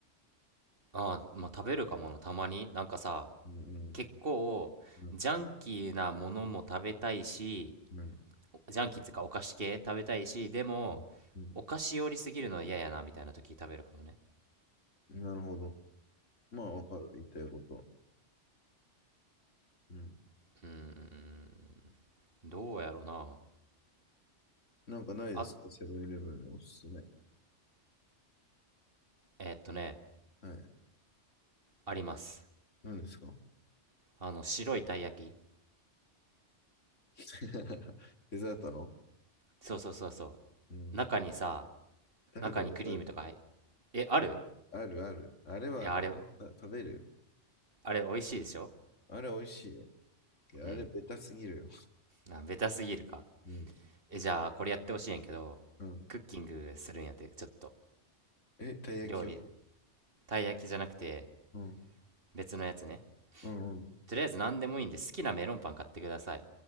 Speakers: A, on the right; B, on the left.
A: あー、まあ、食べるかもな、たまに。なんかさ、
B: うん、
A: 結構ジャンキーなものも食べたいし
B: うん、うん、
A: ジャンキーっていうかお菓子系食べたいしでも
B: うん。うん
A: お菓子寄りすぎるのは嫌やなみたいな時食べるかもね
B: なるほど。まあ、わかる。言いたいことは。うん。
A: うーんどうやろうな
B: なんかないですかセブンイレブンのおすすめ。
A: あえーっとね
B: はい。
A: あります
B: 何ですか
A: あの白いたい焼き
B: <laughs> デザートの
A: そうそうそうそ
B: うん。
A: う中にさ
B: 食べたことある。
A: 中にクリームとか入っえある
B: あるある。あれはあ食べるよ。
A: いやあれあれ美味しいでしょ
B: あれ美味しいよ。あれベタすぎるよ。
A: うんあベタすぎるか
B: うん。
A: えじゃあこれやってほしいんやけどクッキングするんやってちょっと
B: うん。え、たい焼きを。
A: 料理たい焼きじゃなくて
B: うん。
A: 別のやつね
B: うんうん。
A: とりあえず何でもいいんで好きなメロンパン買ってください